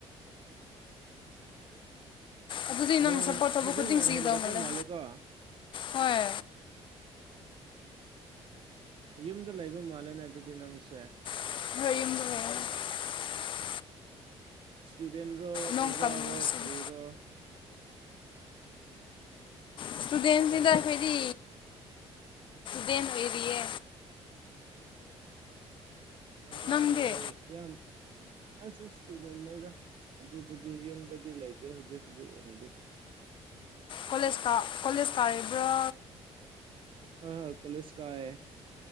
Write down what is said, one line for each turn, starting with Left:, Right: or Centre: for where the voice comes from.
Right: <unintelligible>
Left: ꯑꯗꯨꯗ ꯅꯅ
Right: ꯅꯣꯡ
Left: ꯁꯥꯄꯣꯔꯠ ꯇꯧꯕ
Right: ꯍꯧꯖꯤꯛꯅ
Left: ꯈꯗ ꯆꯗ
Right: ꯍꯦꯟꯒꯠꯄ
Left: ꯃꯂꯦ
Right: ꯃꯥꯜꯂꯦꯀꯣ
Left: ꯍꯣꯏ
Right: ꯎ ꯌꯨꯝꯗ ꯂꯩꯕ ꯃꯥꯜꯂꯦꯅꯦ ꯑꯗꯨꯗꯤ ꯅꯪꯁꯦ
Left: ꯍꯕ
Right: ꯏꯁꯇꯨꯗꯦꯟ ꯔꯣ ꯑꯣꯖꯥ
Left: ꯅꯣꯡ ꯀꯟꯕꯁꯤꯗꯤ
Right: ꯔꯣ ꯈꯔꯤꯔꯣ <unintelligible>
Left: ꯏꯁꯇꯨꯗꯦꯟꯁꯤꯡꯗ ꯍꯥꯏꯗꯤ ꯗꯅ ꯑꯣꯏꯔꯤꯌꯦ
Right: ꯑꯗꯨꯗꯗꯤꯦ
Left: ꯅꯪꯗꯤ
Right: ꯌꯥꯝ ꯑꯁꯁꯗ ꯏꯅꯦꯗ ꯑꯗꯨꯕꯨꯗꯤ ꯌꯨꯝꯗꯗꯤ ꯂꯩꯇꯦ ꯍꯧꯖꯤꯛ ꯍꯧꯖꯤꯛ ꯑꯣꯏꯅꯗꯤ
Left: ꯀꯣꯂꯦꯖ ꯀꯣꯂꯦꯖ ꯇꯥꯔꯤꯕ꯭ꯔꯥ
Right: ꯑ ꯍ ꯀꯣꯂꯁ ꯀꯥꯑ